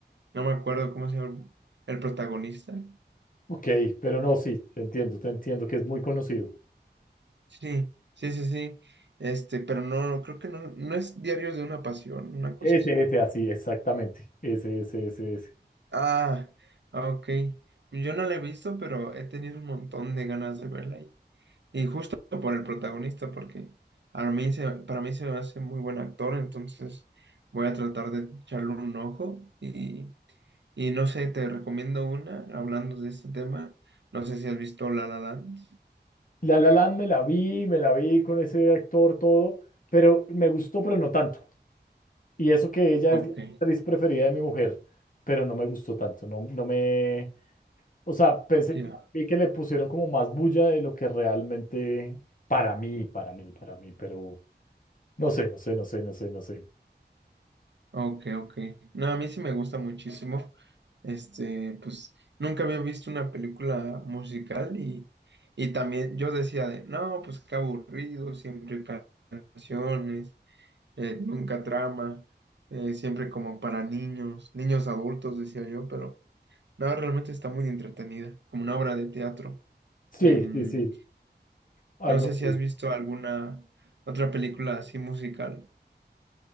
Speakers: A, on the right (about 80°); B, on the left (about 50°).
A: no me acuerdo cómo se llama el protagonista.
B: Ok, pero no, sí, te entiendo, te entiendo que es muy conocido.
A: Sí, sí, sí, sí. Este, pero no, creo que no, no es Diarios de una Pasión, una cosa
B: Ese,
A: así.
B: ese, así, exactamente. Ese, ese, ese, ese.
A: Ah, ok. Pues Yo no la he visto, pero he tenido un montón de ganas de verla ahí. Y justo por el protagonista, porque a mí se, para mí se me hace muy buen actor, entonces voy a tratar de echarle un ojo. Y, y no sé, te recomiendo una, hablando de este tema. No sé si has visto La La Land.
B: La La Land me la vi, me la vi con ese actor, todo, pero me gustó, pero no tanto. Y eso que ella
A: Ok,
B: es la actriz preferida de mi mujer, pero no me gustó tanto, no, no me, O sea, pensé
A: ya.
B: que, vi que le pusieron como más bulla de lo que realmente para mí, para mí, para mí, pero no sé, no sé, no sé, no sé, no sé.
A: Ok, ok. No, a mí sí me gusta muchísimo. Este, pues nunca había visto una película musical y, y también yo decía de, no, pues qué aburrido, siempre canciones, eh, nunca trama, eh, siempre como para niños, niños adultos, decía yo, pero no, realmente está muy entretenida, como una obra de teatro.
B: Sí,
A: Em,
B: sí, sí, algo
A: no sé
B: así.
A: si has visto alguna otra película así musical,